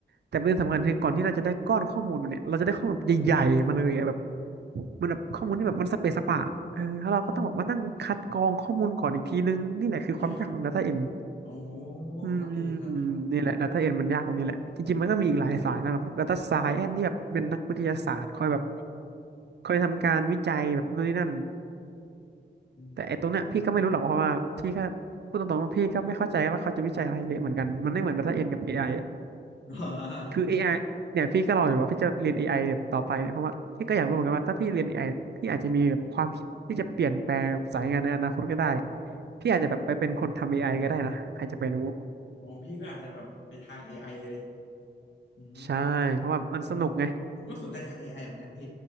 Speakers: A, on the right (about 65°); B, on the left (about 85°).
A: แต่ประเด็นสำคัญคือก่อนที่เราจะได้ก้อนข้อมูลมาเนี่ยเราจะได้ข้อมูลแบบใหญ่ๆมาเลยอะแบบมันแบบข้อมูลที่แบบมันสเปซสปะเออแล้วเราก็ต้องแบบมานั่งคัดกรองข้อมูลก่อนอีกทีนึงนี่แหละคือความยากของ
B: อ๋อโอเคครับ
A: Data End
B: อ๋อ
A: อืม
B: ครับพี่ครับครับ
A: นี่แหละ Data End มันยากตรงนี้แหละจริงๆมันก็มีอีกหลายสายนะครับ Data Science ที่แบบเป็นนักวิทยาศาสตร์คอยแบบคอยทำการวิจัยแบบนู่นนี่นั่น
B: อืม
A: แต่ไอ้ตรงเนี้ยพี่ก็ไม่รู้หรอกเพราะว่าพี่ก็พูดตรงๆว่าพี่ก็ไม่เข้าใจว่าเขาจะวิจัยอะไรเยอะเหมือนกันมันไม่เหมือน Data Science กับ AI อะ
B: <laughs> อ่า
A: คือ AI เนี่ยพี่ก็รออยู่ว่าพี่จะเรียนเอไอแบบต่อไปเนี่ยเพราะว่าพี่ก็อยากรู้เหมือนกันว่าถ้าพี่เรียนเอไอพี่อาจจะมีแบบความคิดที่จะเปลี่ยนแปลงสายงานในอนาคตก็ได้พี่อาจจะแบบไปเป็นคนทำเอไอก็ได้นะใครจะไปรู้
B: อ๋อพี่ก็อาจจะแบบไปทาง AI เลยอืม
A: ใช่เพราะว่ามันสนุกไง
B: ผมผมผมก็สนใจทาง AI เหมือนกันพี่